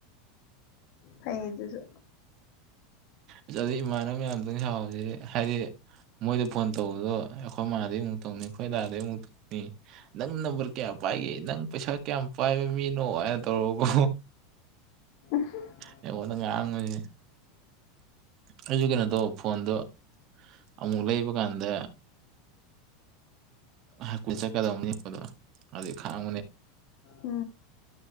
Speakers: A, on the left; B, on the right.
A: ꯍ ꯑꯗꯨꯁꯨ
B: ꯑꯗꯨꯗꯩ ꯏꯃꯥꯅꯕ ꯃꯌꯥꯝꯇꯪ ꯁꯥꯎꯁꯤ ꯍꯥꯏꯗꯤ ꯃꯣꯏꯗ ꯐꯣꯟ ꯇꯧꯕꯗꯣ ꯑꯩꯈꯣꯏ ꯃꯥꯗꯩ ꯑꯃꯨꯛ ꯇꯧꯅꯤ ꯑꯩꯈꯣꯏꯗꯗꯥꯗꯒꯤꯩ ꯑꯃꯨꯛ ꯇꯧꯅꯤ ꯅꯪ ꯅꯝꯕꯔ ꯀꯌꯥꯝ ꯄꯥꯏꯒꯦ ꯅꯪ ꯄꯩꯁꯥ ꯀꯌꯥꯝ ꯄꯥꯏꯕ ꯃꯤꯅꯣ ꯍꯥꯏꯅ ꯇꯧꯔ
A: ꯎ
B: ꯑꯩꯉꯣꯟꯗ ꯉꯥꯡꯉꯁꯦ ꯑꯩꯁꯨ ꯀꯩꯅꯣ ꯇꯧꯕ ꯐꯣꯟꯗꯣ ꯑꯃꯨꯛ ꯂꯩꯕ ꯀꯥꯟꯗ ꯍ ꯀꯨꯜ ꯆꯠꯀꯗꯕꯅꯤꯄꯗꯣ ꯑꯗꯨꯩ ꯈꯥꯡꯕꯅꯦ
A: ꯑ